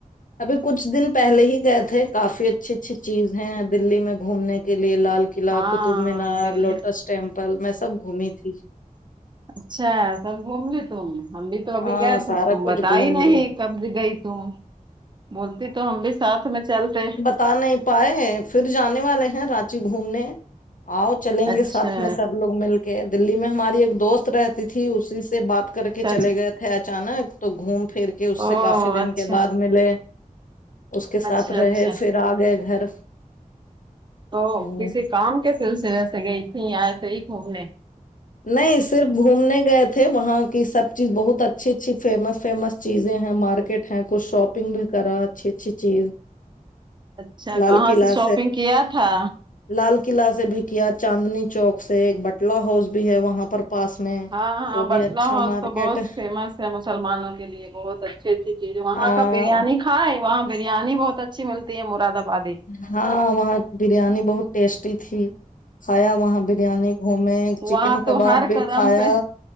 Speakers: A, on the left; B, on the right.
A: ابھی کچھ دن پہلے ہی گئے تھے کافی ا اچھی اچھی چیز ہیں دللی میں گھومنے کے لیے لال قلعہ
B: ہاں
A: قطب می نار
B: دلی
A: لوٹس ٹیمپل میں سب گھومی تھی
B: اچھا سب گھوم لی تو ہم بھی تو ابھی
A: ہاں
B: گئے تھے
A: سارا
B: تم
A: کچھ
B: بتائی
A: گھوم
B: نہیں
A: لیے
B: کب گئی تم بولتی تو ہم بھی ساتھ میں چلتے
A: تا نہیں پائے پھر جانے والے ہیں رانچی گھومنے آؤ چلیں
B: اچھا
A: گے ساتھ میں سب لوگ مل کے دلی میں ہماری ایک دوست رہتی تھی اسی سے بات کر کے
B: اچھا
A: چلے گئے تھے اچانک تو گھوم پھر کے اس
B: او
A: سے کافی
B: اچھا
A: دن کے بعد ملے اس کے ساتھ
B: اچھا
A: رہے
B: اچھا
A: پھر آ گئے گھر
B: تو
A: ہ
B: کسی کام کے سلسلے سے گئی تھی یا ایسے ہی گھومنے
A: نہیں صرف گھومنے گئے تھے وہاں کی سب چیز بہت اچھی اچھی فیمس فیمس چیزیں ہیں مار کیٹ ہے کچھ شاپنگ بھی کرا اچھی اچھی چیز
B: اچھا
A: لال
B: کہاں
A: قلعہ
B: سے شاپنگ کیا تھا
A: لال قلعہ سے بھی کیا چاندنی چوک سے ایک بٹلہ ہاؤس بھی ہے وہاں پر پاس میں
B: ہاں ہاں
A: وہ
B: بٹلا
A: بھی اچھا
B: ہاؤس
A: مارکیٹ
B: تو بہت
A: ہے۔
B: فیمس ہے مسلمانوں کے لیے بہت اچھا اچھی اچھی وہاں
A: ہاں
B: کا بریانی کھائے ہے وہاں بریانی بہت اچھی ملتی ہے مراد آبادی
A: ہاں وہاں بریانی بہت ٹیسٹی تھی کھایا وہاں بریانی گھومے چکن
B: وہاں
A: کباب
B: تو ہر
A: بھی
B: قدم
A: کھایا
B: پہ